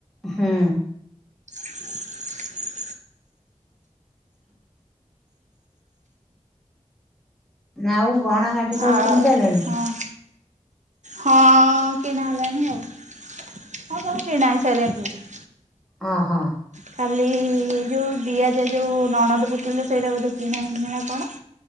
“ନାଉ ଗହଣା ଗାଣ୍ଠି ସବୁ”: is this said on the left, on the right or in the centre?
Centre